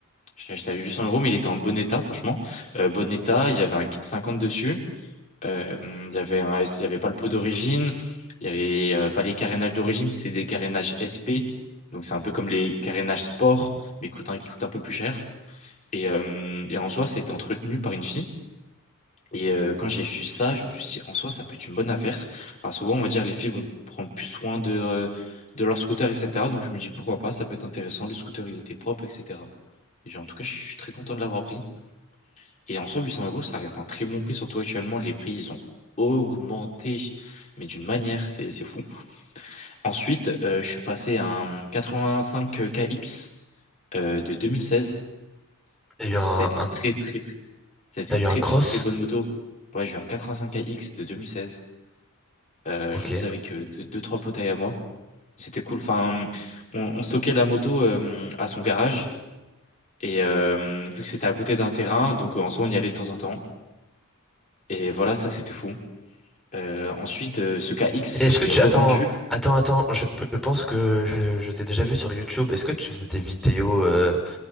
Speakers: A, on the left; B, in the centre.
A: Je l'ai acheté à 800 euros, mais il était en bon état, franchement. Euh, bon état, il y avait un kit 50 dessus. Euh, il y avait un, il y avait pas le pot d'origine. Il y avait euh, pas les carénages d'origine, c'était des carénages SP. Donc, c'est un peu comme les carénages sport, mais coûte un- qui coûtent un peu plus cher. Et, euh, et en soi, c'était entretenu par une fille. Et euh, quand j'ai su ça, je me suis dit, en soi, ça peut être une bonne affaire. Enfin, souvent, on va dire, les filles vont prendre plus soin de, euh, de leur scooter, etc. Donc, je me dis, pourquoi pas, ça peut être intéressant. Le scooter, il était propre, etc. Et j'ai- en tout cas, je suis, je suis très content de l'avoir pris. Et en soi, 800 euros, ça reste un très bon prix, surtout actuellement. Les prix, ils ont augmenté, mais d'une manière, c'est, c'est fou. Ensuite, euh, je suis passé à un 85 KX euh, de 2016.
B: T'as eu
A: Ça
B: un,
A: a été
B: un-
A: une très très très ça a été
B: t'as
A: une
B: eu
A: très
B: un cross?
A: très très bonne moto. Ouais, j'ai eu un 85 X de 2016. Euh,
B: Ok.
A: j'en faisais
B: Et
A: avec euh, deux, deux, trois potes à moi. C'était cool. Enfin, on, on stockait la moto euh, à son garage et euh, vu que c'était à côté d'un terrain, donc euh, en soi on y allait de temps en temps. Et voilà, ça c'était fou. Euh, ensuite, euh, ce K X
B: Est-ce
A: je
B: que
A: l'ai
B: tu...
A: revendu.
B: Attends, attends, attends, je, je pense que je, je t'ai déjà vu sur YouTube. Est-ce que tu faisais des vidéos euh,